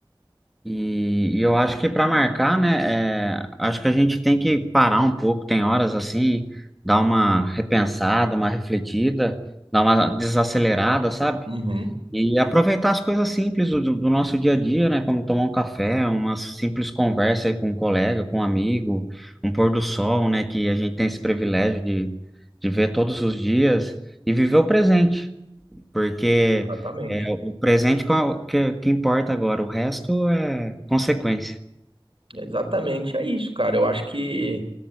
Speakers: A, in the centre; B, on the right (about 80°).
A: e, e eu acho que para marcar, né, é, acho que a gente tem que parar um pouco, tem horas assim, dar uma repensada, uma refletida, dar uma desacelerada, sabe?
B: Uhum.
A: E aproveitar as coisas simples do, do nosso dia a dia, né, como tomar um café, uma simples conversa aí com um colega, com um amigo, um pôr do sol, né, que a gente tem esse privilégio de, de ver todos os dias e viver o presente. porque
B: Exatamente.
A: é o presente qual- que, que importa agora, o resto é consequência.
B: Exatamente, é isso, cara. Eu acho que